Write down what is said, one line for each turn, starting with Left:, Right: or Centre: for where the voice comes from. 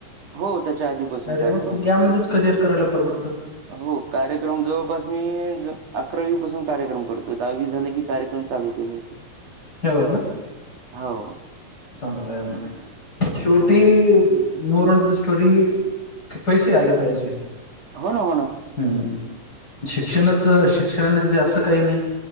Right: हो, त्याच्या आधीपासून
Left: अरे
Right: कार्यक्रम
Left: वा म
Right: करतो.
Left: यामध्येच करिअर करायला परवडतं
Right: हो कार्यक्रम जवळपास मी अकरावी पासून कार्यक्रम करतो दहावी झाले की कार्यक्रम चालू केले होते
Left: हग का
Right: हो
Left: चांगलंय ना शेवटी
Right: हां, हां.
Left: मोर ऑल द स्टोरी पैसे आले पाहिजे.
Right: होन होन
Left: हम्म शिक्षणच शिक्षणाने असं काही नाही.